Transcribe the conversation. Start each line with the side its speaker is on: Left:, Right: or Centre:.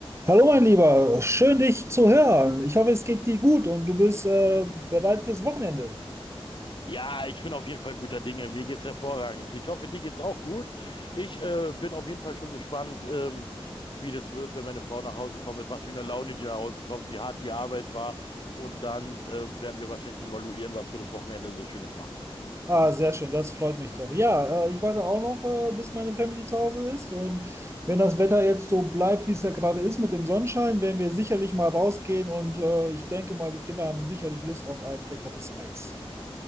Right: Hallo mein Lieber, schön dich zu hören. Ich hoffe, es geht dir gut und du bist äh, bereit fürs Wochenende.
Left: Ja, ich bin auf jeden Fall guter Dinge. Mir geht's hervorragend. Ich hoffe, dir geht's auch gut. Ich äh, bin auf jeden Fall schon gespannt, ähm, wie das wird, wenn meine Frau nach Hause kommt, mit was für einer Laune die nach Hause kommt, wie hart die Arbeit war. Und dann äh, werden wir wahrscheinlich evaluieren, was wir das Wochenende so Schönes machen.
Right: Ah, sehr schön, das freut mich doch. Ja, äh, ich warte auch noch, äh, bis meine Family zu Hause ist und wenn das Wetter jetzt so bleibt, wie es ja gerade ist mit dem Sonnenschein, werden wir sicherlich mal rausgehen und äh, ich denke mal, die Kinder haben sicherlich Lust auf ein leckeres Eis.